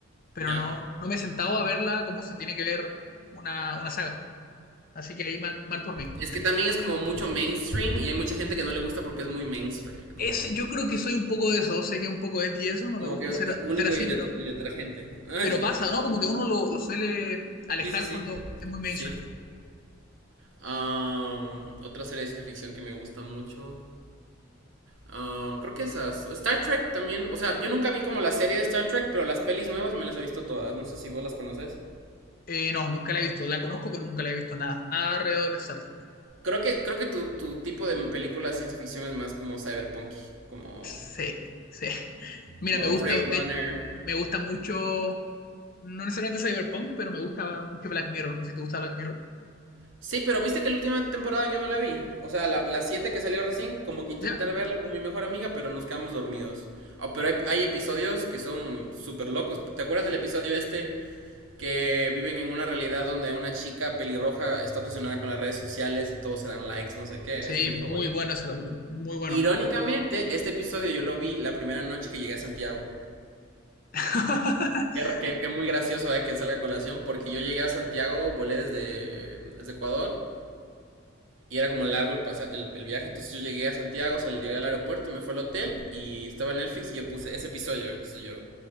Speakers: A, on the left (about 45°); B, on the right (about 65°).
A: pero
B: ¿Ya?
A: no, no me he sentado a verla como se tiene que ver una, una saga. Así que ahí mal, mal por mí.
B: Es que también es como mucho mainstream y hay mucha gente que no le gusta porque es muy mainstream, como,
A: Es, yo creo que soy un poco de eso, sé que un poco es y eso, no
B: como
A: me gusta
B: que
A: ser,
B: único
A: ser así,
B: y, det-
A: pero,
B: y detergente. <laughs>
A: pero pasa, ¿no? Como que uno lo, lo suele alejar
B: sí, sí, sí.
A: cuando es muy mainstream.
B: Sí. Am, otra serie de ciencia ficción que me gusta mucho. Ah, creo que esas. Star Trek también. O sea, yo nunca vi como la serie de Star Trek, pero las pelis nuevas me las he visto todas. No sé si vos las conoces.
A: Eh, no, nunca la he visto, la conozco, pero nunca la he visto nada, nada alrededor de Star Trek.
B: Creo que, creo que tu, tu tipo de película de ciencia ficción es más como cyberpunk, como,
A: Sí, sí. Mira,
B: como
A: me gusta,
B: Blade Runner.
A: de- me gusta mucho, no necesariamente Cyberpunk, pero me gusta mucho Black Mirror. No sé si te gusta Black Mirror.
B: Sí, pero viste que la última temporada yo no la vi. O sea, la, la 7 que salió recién, como que intenté
A: ¿Ya?
B: verla con mi mejor amiga, pero nos quedamos dormidos. Ah, pero hay, hay episodios que son súper locos. ¿Te acuerdas del episodio este que viven en una realidad donde una chica pelirroja está obsesionada con las redes sociales y todos se dan likes, no sé qué?
A: Sí,
B: Ese es mi
A: muy
B: favorito.
A: bueno ese capítulo. Muy bueno.
B: Irónicamente, este episodio yo lo vi la primera noche que llegué a Santiago.
A: <laughs>
B: Que, que, que muy gracioso eh, que salga a colación, porque yo llegué a Santiago, volé desde, desde Ecuador Y era como largo el, pasa el, el viaje, entonces yo llegué a Santiago, o sea, llegué al aeropuerto y me fue al hotel y estaba en Netflix y yo puse ese episodio. Entonces yo,